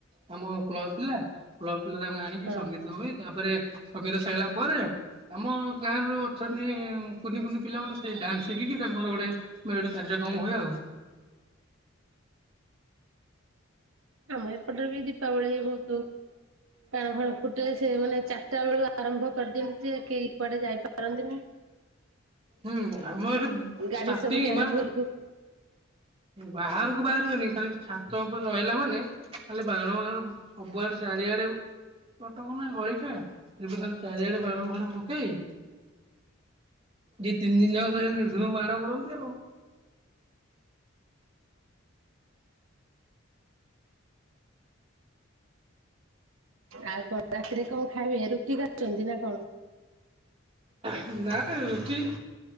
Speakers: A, on the right; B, on the right.
A: ଆମ କ୍ଲବ ପିଲା କ୍ଲବ ପିଲା ତାଙ୍କୁ। ଆଣିକି
B: ହଁ
A: ସଙ୍ଗୀତ ହୁଏ ତାପରେ ସଙ୍ଗୀତ ସଇଲା ପରେ ଆମ ଗାଁରୁ ଅଛନ୍ତି। କୁନି କୁନି ପିଲାମାନେ ସେ ଡ୍ୟାନ୍ସ ଶିଖିକି ତାଙ୍କର ଗୋଟେ ମେଲୋଡ଼ି କାର୍ଯ୍ୟକ୍ରମ ହୁଏ ଆଉ।
B: ଆମ ଏପଟବି ଦିପାବଳି ବହୁତୁ। ବାଣ ଫଣ ଫୁଟେ ସେ ମାନେ ଚାରିଟା ବେଳକୁ ଆରମ୍ଭ କରିଦିଅନ୍ତି ଯେ କେହି କୁଆଡେ ଯାଇପାରନ୍ତିନି।
A: ହୁଁ ଆମର
B: ଗାଡି
A: ଷ୍ଟାର୍ଟିଂ
B: ସବୁ ଗ୍ୟାରେଜ
A: ମା।
B: ଘରକୁ
A: ବାହାରକୁ ବାହାରିବେନି ଖାଲି ଛାତ ଉପରେ ରହିଲା ମାନେ ଖାଲି ବାଣ ବାଣ। ସବୁଆଡେ ଚାରିଆଡେ। କଟକ ନାଁ ଗଳିଟା ଏବେ ଖାଲି ଚାରିଆଡେ ବାଣ ଫାଣ ପକେଇ। ଯିଏ ତିନି ଦିନ ଯାକ ବାଣ କରନ୍ତି ଆଉ।
B: ଆଉ କଣ ରାତିରେ କଣ ଖାଇବେ ରୁଟି ଖାଉଛନ୍ତି ନା କଣ?
A: ନା ନା ରୁଟି